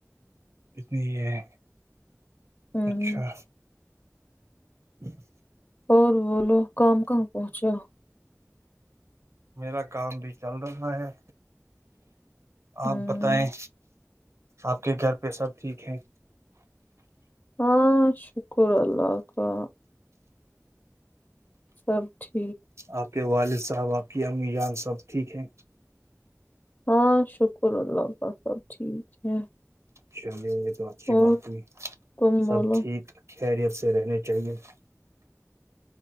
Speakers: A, on the right; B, on the left.
A: اتنی ہے
B: ہمم
A: اچھا ج <inaudible>
B: اور وہ لوگ کام کہاں پہنچا
A: میرا کام بھی چل رہا ہے
B: ہوں
A: آپ بتائیں آپ کے گھر پہ سب ٹھیک ہے
B: ہاں شکر اللہ کا سب ٹھیک
A: آپ کے والد صاحبق کی امی جان سب ٹھیک ہیں
B: ہاں شکر اللہ سب ٹھیک ہے <unintelligible>
A: چلیے یہ تو اچھی
B: اور
A: بات نہیں
B: تم بولو
A: سب ٹھیک کیریئر سے رہنے چاہیے <unintelligible>